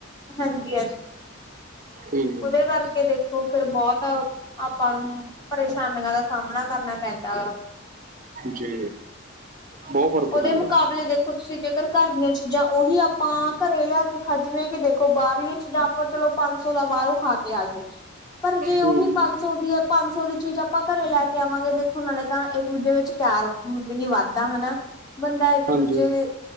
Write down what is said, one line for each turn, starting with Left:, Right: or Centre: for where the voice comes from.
Left: ਹਾਂਜੀ ਹਾਂਜੀ
Right: ਹੂੰ
Left: ਉਹਦੇ ਕਰਕੇ ਦੇਖੋ ਫਿਰ ਬਹੁਤ ਆਪਾਂ ਨੂੰ ਪਰੇਸ਼ਾਨੀਆਂ ਦਾ ਸਾਹਮਣਾ ਕਰਨਾ ਪੈਂਦਾ ਵਾ
Right: ਜੀ। ਬਹੁਤ ਫਰਕ
Left: ਉਹਦੇ
Right: ਪੈਂਦਾ
Left: ਮੁਕਾਬਲੇ ਦੇ ਤੁਸੀਂ ਜੇਕਰ ਘਰ ਦੀਆਂ ਚੀਜ਼ਾਂ ਉਹੀ ਆਪਾਂ ਘਰੇ ਲਿਆ ਕੇ ਖੱਜਵੇ ਕਿ ਦੇਖੋ ਬਾਹਰਲ ਚੀਜ਼ਾਂ ਚਲੋ ਪੰਜ ਸੌ ਦਾ ਬਾਹਰੋਂ ਖਾ ਕੇ ਆ ਗਏ ਪਰ ਜੇ ਉਹੀ
Right: ਹੂੰ
Left: ਪੰਜ ਸੌ ਦੀ ਹੈ ਪੰਜ ਸੌ ਦੀ ਚੀਜ਼ ਆਪਾਂ ਘਰੇ ਲੈ ਕੇ ਆਵਾਂਗੇ ਦੇਖੋ ਨਾਲੇ ਤਾਂ ਇੱਕ ਦੂਜੇ ਵਿੱਚ ਪਿਆਰ ਮਤ ਲਈ ਵੱਧਦਾ ਹਨਾ ਬੰਦਾ ਇੱਕ
Right: ਹਾਂਜੀ
Left: ਦੂਜੇ